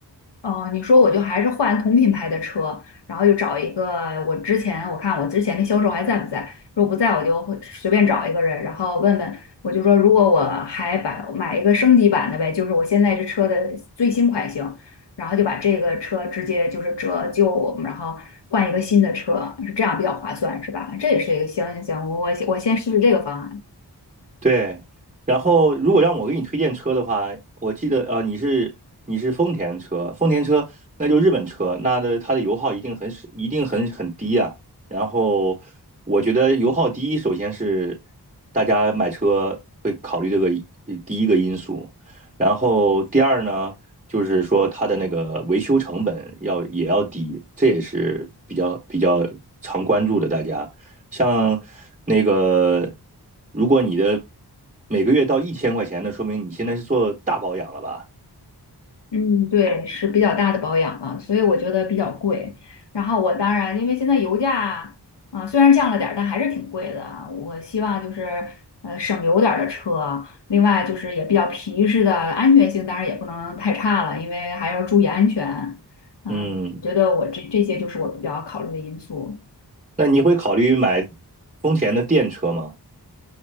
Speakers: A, on the left; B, on the right.
A: 哦，你说我就还是换同品牌的车，然后就找一个我之前我看我之前的销售还在不在，如果不在我就会随便找一个人，然后问问，我就说如果我还把买一个升级版的呗，就是我现在这车的最新款型，然后就把这个车直接就是折旧，然后换一个新的车，是这样比较划算是吧？这也是一个行行行，我我我先试试这个方案。
B: 对，然后如果让我给你推荐车的话，我记得呃，你是你是丰田车，丰田车那就日本车，那的它的油耗一定很一定很很低啊。然后我觉得油耗低，首先是大家买车会考虑这个呃第一个因素，然后第二呢，就是说它的那个维修成本要也要低，这也是比较比较常关注的大家。像那个，如果你的每个月到一千块钱，那说明你现在是做大保养了吧？
A: 嗯，对，是比较大的保养了，所以我觉得比较贵。然后我当然，因为现在油价啊，虽然降了点儿但还是挺贵的啊。我希望就是呃省油点儿的车，另外就是也比较皮实的，安全性当然也不能太差了，因为还要注意安全。嗯，
B: 嗯，
A: 我觉得我这这些就是我比较考虑的因素。
B: 那你会考虑买丰田的电车吗？